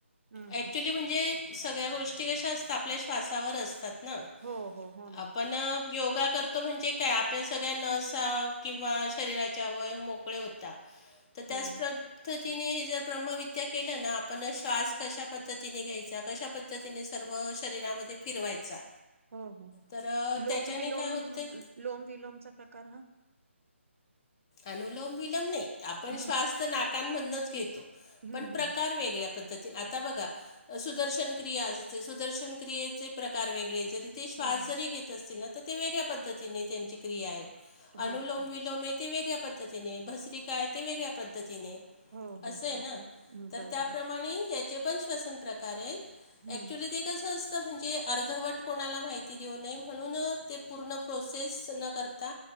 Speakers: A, on the right; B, on the left.
A: हम्म
B: ऍक्च्युली
A: हम्म
B: म्हणजे सगळ्या गोष्टी कशा असतात आपल्या श्वासावर असतात ना
A: हो हो हो ना
B: आपण अ योगा कर तो म्हणजे काय आपल्या सगळ्या नसा किंवा शरीराच्या अवयव मोकळे होता तर त्याच
A: हो ना
B: प्रग तर तिने हे जर ब्रह्मविद्या केलं ना आपण श्वास कशा पद्धतीने घ्यायचा कशा पद्धतीने सर्व शरीरामध्ये फिरवायचा
A: हो हो हो
B: तर अ,
A: लोम
B: त्याच्याने
A: विलोम
B: काय होते
A: अ लोम विलोमचा प्रकार हा
B: अनुलोम विलोम नाही आपण
A: हम्म
B: श्वास तर नाकांन मधनच घेतो
A: हम्म
B: पण प्रकार वेगळ्या पद्धत आता बघा सुदर्शन क्रिया असते सुदर्शन क्रियेचे प्रकार वेगळे जरी ते श्वास
A: हम्म
B: जरी घेत असतील ना तर ते वेगळ्या पद्धतीने त्यांची क्रिया आहे
A: हो
B: अनुलोम
A: हो का
B: विलोम एक ते वेगळ्या पद्धतीने भसरी काय ते वेगळ्या पद्धतीने
A: हो हो
B: असयना
A: हो का हम्म,
B: तर
A: बरं
B: त्याप्रमाणे
A: बर
B: याचे पण श्वसन प्रकार आहेत
A: हम्म
B: ऍक्च्युली ते कस असत म्हणजे अर्धवट कोणाला माहिती देऊ नये म्हणून ते पूर्ण प्रोसेस न करता